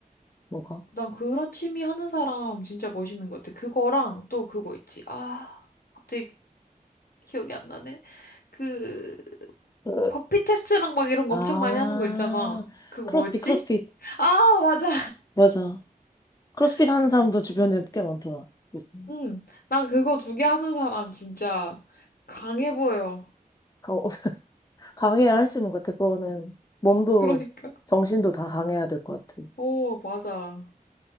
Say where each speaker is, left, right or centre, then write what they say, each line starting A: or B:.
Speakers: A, on the left; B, on the left.
A: 뭐가?
B: 난 그런 취미 하는 사람 진짜 멋있는 것 같아. 그거랑 또 그거 있지. 아, 갑자기 기억이 안 나네. 그,
A: 으.
B: 버피 테스트랑 막 이런
A: 아
B: 거 엄청 많이 하는 거 있잖아. 그거
A: 크로스핏
B: 뭐였지?
A: 크로스핏
B: 아, 맞아.
A: 맞아. 크로스핏
B: <laughs>
A: 하는 사람도 주변에 꽤 많더라. 요즘.
B: 응, 난 그거 두 개 하는 사람 진짜 강해 보여.
A: 가- 어, 강해야 할 수 있는 것 같아. 그거는 몸도
B: 그러니까.
A: 정신도 다 강해야 될 것 같아.
B: 오, 맞아.